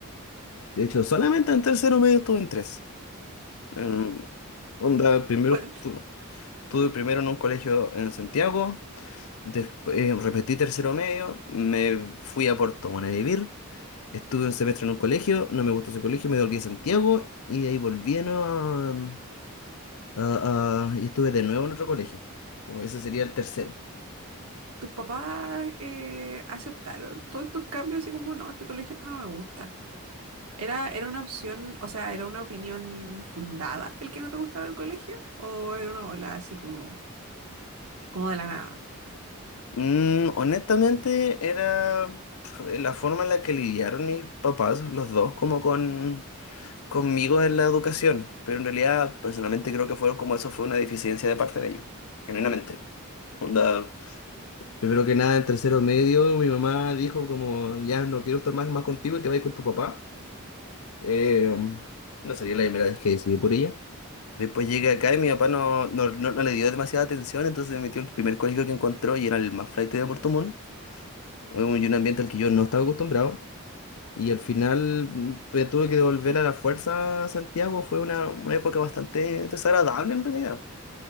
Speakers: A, on the left; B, on the right.
A: De hecho, solamente en tercero medio estuve en tres. Em, onda, primero
B: ¿Cuál-
A: estu- estuve, primero en un colegio en Santiago, después eh, repetí tercero medio, me fui a Puerto Montt a vivir, estuve un semestre en un colegio, no me gustó ese colegio, me volví a Santiago y de ahí volví de nuevo a, a- a- y estuve de nuevo en otro colegio. Como ese sería el tercero.
B: ¿Tus papás eh, aceptaron todos estos cambios así como no, este colegio no me gusta? ¿Era, era una opción, o sea, era una opinión fundada el que no te gustara el colegio? ¿O era una ola así como, como de la nada?
A: Mm, honestamente, era pf, la forma en la que lidiaron mis papás, los dos, como con conmigo en la educación. Pero en realidad, personalmente creo que fueron como eso fue una deficiencia de parte de ellos, genuinamente. Onda, primero que nada, en tercero medio, mi mamá dijo como, ya no quiero estar más, más contigo, te vas a ir con tu papá. Eh, no sería la primera vez que decidí por ella. Después llegué acá y mi papá no, no, no- no le dio demasiada atención, entonces me metió en el primer colegio que encontró y era el más flaite de Puerto Montt un, un ambiente al que yo no estaba acostumbrado. Y al final mm, me tuve que devolver a la fuerza a Santiago. Fue una, una época bastante desagradable en realidad.